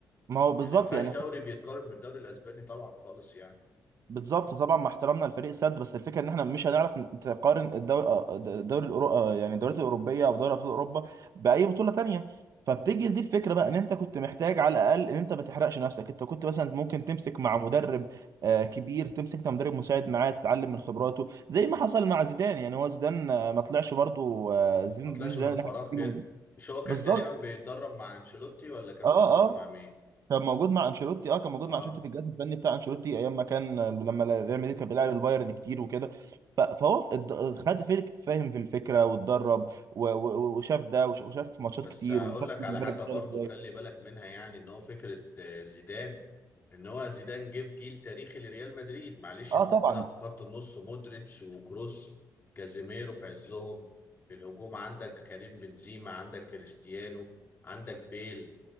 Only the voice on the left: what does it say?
يعني ما فيهاش
دوري بيتقارن بالدوري الأسباني طبعا خالص يعني
ما طلعش
من
فراغ
كده مش هو كان
تقريبا بيتدرب مع انشيلوتي ولا كان
بيتدرب
مع مين
اه
بس
هقول
لك
على حاجه
برضو
خلي بالك منها يعني ان هو فكره آه، زيدان ان هو زيدان جه في جيل تاريخي لريال مدريد معلش
انت
بتلعب في خط النص مودريتش وكروس كازيميرو في عزهم في الهجوم عندك كريم بنزيما عندك كريستيانو عندك بيل